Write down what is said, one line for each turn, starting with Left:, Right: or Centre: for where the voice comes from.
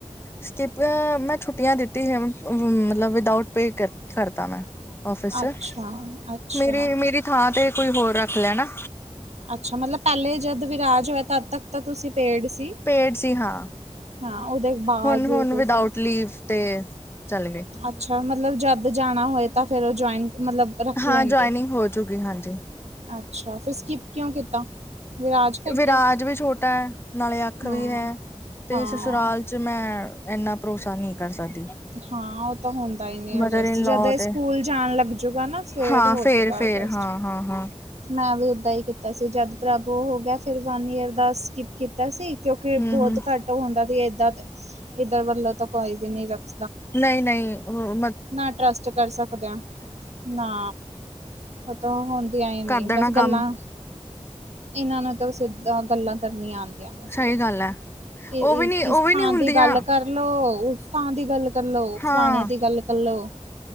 Left: ਸਕਿਪ ਮੈਂ ਛੁੱਟੀਆਂ ਦਿੱਤੀ ਸੀ ਮਤਲਬ ਵਿਦਾਓਟ ਪੇ ਕਰਤਾ ਮੈਂ ਆਫਿਸ ਚ
Right: ਅੱਛਾ, ਅੱਛਾ।
Left: ਮੇਰੀ ਮੇਰੀ ਥਾਂ ਤੇ ਕੋਈ ਹੋਰ ਰੱਖ ਲਿਆ ਨਾ
Right: ਅੱਛਾ ਮਤਲਬ ਪਹਿਲੇ ਜਦ ਵਿਰਾਜ ਹੋਇਆ ਤਦ ਤੱਕ ਤਾਂ ਤੁਸੀਂ ਪੇਡ ਸੀ
Left: ਪੇਡ ਸੀ ਹਾਂ
Right: ਹਾਂ ਉਹਦੇ ਬਾਅਦ
Left: ਹੁਣ ਹੁਣ
Right: ਤੁਸੀਂ
Left: ਵਿਦਊਟ ਲੀਵ ਤੇ ਚੱਲ ਗਏ
Right: ਅੱਛਾ ਮਤਲਬ ਜਦ ਜਾਣਾ ਹੋਏ ਤਾਂ ਫਿਰ ਉਹ ਜੁਆਇਨ ਮਤਲਬ ਰੱਖ
Left: ਹਾਂ
Right: ਲੈਣਗੇ
Left: ਜੁਆਇਨਿੰਗ ਹੋ ਚੁੱਕੀ ਹਾਂਜੀ
Right: ਅੱਛਾ ਫਿਰ ਸਕਿਪ ਕਿਉਂ ਕੀਤਾ ਵਿਰਾਜ ਕਰਕੇ
Left: ਵਿਰਾਜ ਵੀ ਛੋਟਾ ਹੈ ਨਾਲੇ ਅੱਖ
Right: ਹਾਂ,
Left: ਵੀ ਹੈ ਤੇ
Right: ਹਾਂ।
Left: ਸੁਸਰਾਲ ਚ ਮੈਂ ਇੰਨਾ ਭਰੋਸਾ ਨਹੀਂ ਕਰ ਸਕਦੀ
Right: ਹਾਂ ਉਹ ਤਾਂ ਹੁੰਦਾ ਹੀ ਨਹੀ
Left: ਮਦਰ
Right: ਅਡਜਸਟ
Left: ਇਨ
Right: ਜਦ
Left: ਲੋ ਤੇ
Right: ਸਕੂਲ ਜਾਣ ਲੱਗਜੂਗਾ ਨਾ ਫਿਰ
Left: ਹਾਂ
Right: ਹੋਜੂਗਾ
Left: ਫੇਰ ਫੇਰ
Right: ਅਜਸਟ
Left: ਹਾਂ ਹਾਂ ਹਾਂ
Right: ਮੈਂ ਵੀ ਏਦਾਂ ਹੀ ਕੀਤਾ ਸੀ ਜਦ ਪ੍ਰਭ ਹੋ ਗਿਆ ਫਿਰ ਵਨ ਈਅਰ ਦਾ ਸਕਿਪ ਕੀਤਾ ਸੀ ਕਿਉਂਕਿ
Left: ਹੂੰ
Right: ਬਹੁਤ
Left: ਹੂੰ
Right: ਘੱਟ ਹੁੰਦਾ ਸੀ ਏਦਾਂ ਇੱਧਰ ਵੱਲੋਂ ਤਾਂ ਕੋਈ ਵੀ ਨੀ ਰੱਖ
Left: ਨਹੀਂ। ਨਹੀਂ। ਮ।
Right: ਨਾ। ਟਰਸਟ। ਕਰ। ਸਕਦੇ। ਆ। ਨਾ। ਉਹ। ਤਾਂ। ਹੁੰਦੀਆਂ। ਹੀ। ਨਹੀਂ।
Left: ਕਰ ਦੇਣਾ
Right: ਬਸ। ਗੱਲਾਂ।
Left: ਕੰਮ
Right: ਇਹਨਾਂ। ਨੂੰ। ਤਾਂ। ਸਿੱਧਾ। ਗੱਲਾਂ। ਕਰਨ। ਆਉਂਦੀਆਂ। ਨੇ।
Left: ਸਹੀ
Right: ਸਿਰਫ।
Left: ਗੱਲ ਹੈ ਉਹ ਵੀ ਨੀ ਉਹ
Right: ਇਸ।
Left: ਵੀ
Right: ਥਾਂ।
Left: ਨੀ ਹੁੰਦੀਆਂ
Right: ਦੀ। ਗੱਲ। ਕਰ। ਕਰਲੋ। ਉਸਥਾਂ। ਦੀ। ਗੱਲ। ਕਰਲੋ।
Left: ਹਾਂ
Right: ਫਲਾਣਿਆਂ। ਦੀ। ਗੱਲ। ਕਰਲੋ।